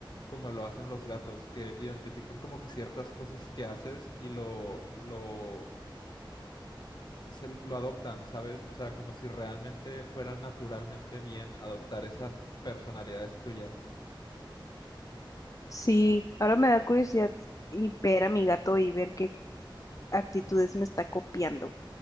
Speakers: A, on the left; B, on the left.
A: como lo hacen los gatos, que identifican como que ciertas cosas que haces y lo, lo, se, lo adoptan, ¿sabes? O sea, como si realmente fueran naturalmente bien adoptar esas personalidades tuyas.
B: Sí, ahora me da curiosidad y ver a mi gato y ver qué actitudes me está copiando.